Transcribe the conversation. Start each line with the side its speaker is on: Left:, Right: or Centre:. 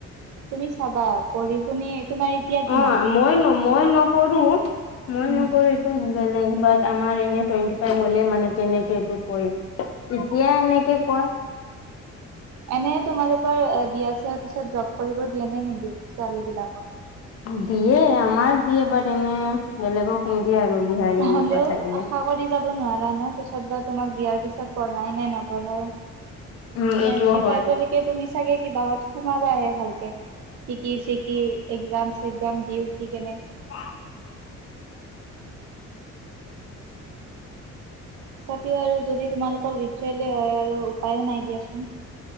Right: তুমি চাবা পঢ়ি শুনি তোমাৰ। এতিয়া কিমান?
Left: অ মই ন মই নকৰো, মই
Right: উম,
Left: নকৰিম। বেলেগ বাট আমাৰ এনে টোৱন্টি ফাইভ হলে মানে যেনেকে এইটো কয়। এতিয়াই এনেকে কয়।
Right: এনেই তোমালোকৰ বিয়া চিয়াৰ পিছত জব কৰিব দিয়ে নে নিদিয়ে ছোৱালীবিলাকক।
Left: দিয়ে আমাৰ দিয়ে বাট এনে বেলেগক নিদিয়ে আৰু বিহাৰী এনেকুৱা
Right: হ'লেও
Left: থাকিলে।
Right: আশা কৰি যাব নোৱাৰা ন পিছত বা তোমাক বিয়াৰ পিছত পঢ়াই নে নপঢ়াই।
Left: উম
Right: টুৱেন্টি
Left: এইটোও হয়
Right: ফাইভলৈকে তুমি চাগে কি বাহত সোমাবা হে ভালকে। শিকি চিকি একজাম চেগজাম দি উঠি কেনে।
Left: <unintelligible>
Right: তথাপিও আৰু যদি তোমালোকৰ ৰিচোয়েলে হয় আৰু উপায়ো নাই দিয়াচোন।